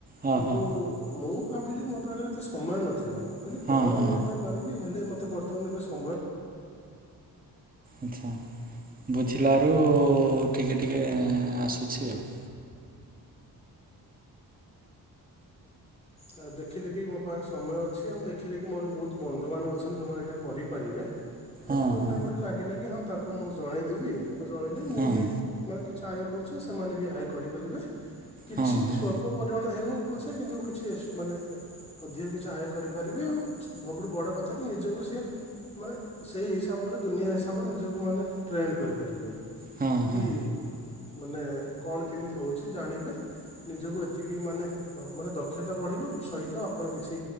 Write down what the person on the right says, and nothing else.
ହଁ
ହଁ ହଁ
ହଁ
ହଁ
ଆଚ୍ଛା ବୁଝିଲାରୁ ଟିକେ ଟିକେ ଆସୁଛି ଆଉ।
ଆଉ
ହଁ
ହଁ
ହଁ
ହଁ
ହଁ
ହଁ ହଁ